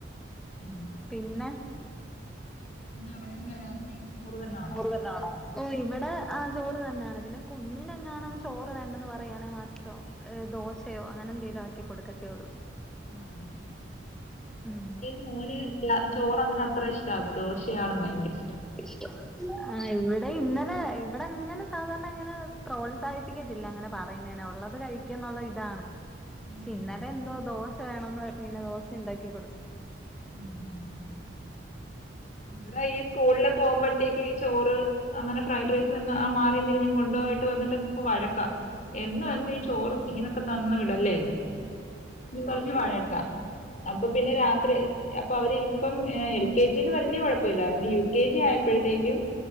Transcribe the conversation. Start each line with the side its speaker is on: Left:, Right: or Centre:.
Left: ഉം.
Centre: പിന്നെ.
Left: ഇന്ന അവിടെ എന്താ രാത്രി ചോറ് തന്നൊണോ?
Centre: ചോറ് തന്നാണോ ഓ ഇവിടെ ആഹാ ചോറ് തന്നെയാണ്, പിന്നെ കുഞ്ഞിനെങ്ങണം ചോറ് വേണ്ടന്ന് പറയണെ മാത്രോ. ദോശയോ അങ്ങനെ എന്തേങ്കലും ആക്കി കൊടുക്കത്തേ ഉള്ളൂ.
Left: ആഹാ...
Centre: ഉം...
Left: മോന് ചോറ അങ്ങനെ അത്ര ഇഷ്ടമല്ല, ദോശയാണ് ഭയങ്കര ഇഷ്ടം.
Centre: <unintelligible> ആ് ഇവിടെ ഇന്നലെ ഇവിടെ- അങ്ങനെ സാധാരണ അങ്ങനെ- പ്രോത്സാഹിപ്പിക്കത്തില്ല അങ്ങനെ. ഇങ്ങനെ ഉള്ളത് കഴിക്കുകന്നുള്ള ഇതാണ്.
Left: ഉം
Centre: പിന്നലെ
Left: ഉം.
Centre: എന്തോ ദോശ വേണന്ന് പറഞ്ഞു, ദോശ ഉണ്ടാക്കി കൊടുത്തു.
Left: ഉം ഉം... ഇവിടെ ഈ സ്കൂളില്- പോകുമ്പോഴത്തേക്ക്- ചോറ് അങ്ങനെ ഫ്രൈഡ് റൈസ് തന്നെ ആ മാറി തിരിഞ്ഞ്ഞ കൊുപ പോയിട്ട് വന്നിട്ട് ഇപ്പ വഴക്കാം. എന്നൊന്നും ഈ ചോറും, ഇങ്ങനൊക്കെ തന്ന് വിടല്ലേ. എന്നും പറഞ്ഞ് വഴക്കാം അപ്പോ- പിന്നെ രാത്രി അപ്പോ അവര് ഇപ്പം എൽ. കെ. ജി. വലിയ കുഴപ്പില്ലായിരുന്നു യു. കെ. ജി ആയപ്പോഴത്തേക്കും-